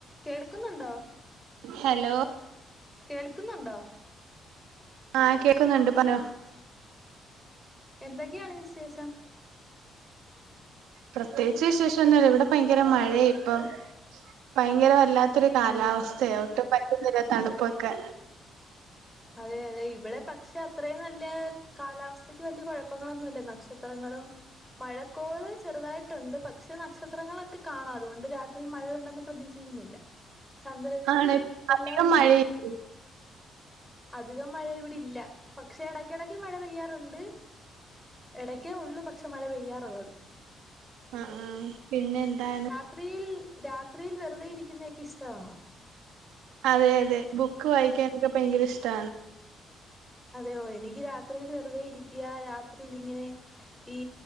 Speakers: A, in the centre; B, on the right (about 85°).
A: കേൾക്കുന്നുണ്ടോ
B: ഹലോ
A: കേൾക്കുന്നുണ്ടോ
B: ആഹ് കേക്കുന്നുണ്ട് പറഞ്ഞോ
A: എന്തൊക്കെയാണ് വിശേഷം
B: പ്രത്യേകിച്ച് വിശേഷൊന്നുല്ല ഇവിടെ ഭയങ്കര മഴയാ ഇപ്പം ഭയങ്കര വല്ലാത്തൊരു കാലാവസ്ഥയാ
A: ഉം
B: ഒട്ടും പറ്റുന്നില്ല തണുപ്പൊക്കെ
A: അതെ അതെ ഇവിടെ പക്ഷെ അത്രയും നല്ല കാലാവസ്ഥക്ക് വല്ല്യ കുഴപ്പങ്ങളൊന്നും ഇല്ല നക്ഷത്രങ്ങളും മഴക്കോള് ചെറുതായിട്ടുണ്ട് പക്ഷെ നക്ഷത്രങ്ങളൊക്കെ കാണാം അതുകൊണ്ട് രാത്രി മഴ ഉണ്ടെന്ന് പ്രതീക്ഷിക്കുന്നില്ല ചന്ദ്രനും
B: ആണ് അധികം
A: എല്ലാം ഉണ്ട്
B: മഴയില്ല
A: അധികം മഴ ഇവിടില്ല പക്ഷെ ടെക്കെ ടെക്കെ മഴ പെയ്യാറുണ്ട് ഇടയ്ക്കേ ഉള്ളൂ പക്ഷെ മഴ പെയ്യാറുള്ളത്
B: ആഹ് ആഹ് പിന്നെ എന്താണ്
A: ത്രിയിൽ രാത്രിയിൽ വെറുതെ ഇരി ക്യുന്നയെക്കെ ഇഷ്ടാണോ
B: അതെയതെ ബുക്ക് വായിക്യാനൊക്കെ പയങ്കരഷ്ടാണ്
A: അതെയോ എനിക് രാത്രിയിൽ വെറുതെ ഇരിക്യാ രാത്രിൽ ഇങ്ങനെ ഈ